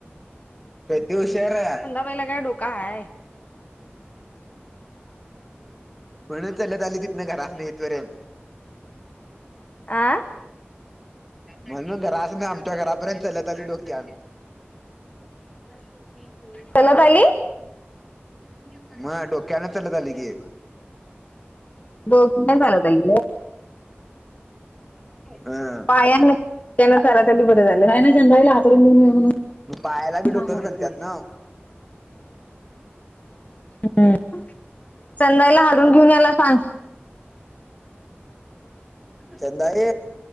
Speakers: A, in the centre; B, on the left (about 35°).
A: प्रत उशरा
B: पहिला काय डोका आहे
A: म्हणून चालत आले तिथन घरात इथं पर्यंत
B: आ
A: म्हणून घरासन आमच्या घरापर्यंत चालत आली डोक्याव <unintelligible>
B: चालत आली
A: मग डोक्यान चाल ली की
B: दोघ स्ल तल
A: हम
B: पायान त्यानं करत आली बर झालं नाई, नाई जनरेला म म्ह
A: पायाला बी डुकर
B: सांगर
A: म्हणत्यात ना
B: हम्म चंदायला हालून घेऊन याला सांग
A: चंदाआई